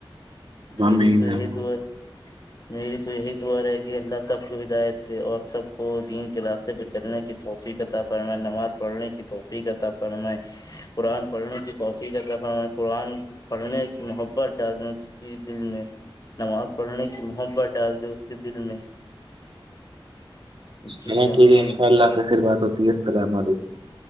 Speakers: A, on the right; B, on the left.
A: ہمیں
B: میری تو یہی دو ہے <unintelligible> میری تو یہی دعا رہے گی اللہ <unintelligible> سب کو ہدایت دے اور سب کو دین <unintelligible> راستے پہ چلنے کی توحفی کا تع فرم ہے نماز پڑھنے کی توحفی کا تع فرم ہے <unintelligible> قرآن پڑھنے کی توفیق قرآن پڑھنے کی محبت ڈالنے <unintelligible> دل میں نماز پڑھنے کی محبت ڈال دی اس کے دل میں <unintelligible>
A: چلو
B: جی آمین
A: ٹھیک ہے انشاء اللہ سے پھر بات ہوتی ہے <unintelligible> السلام علیکم <unintelligible>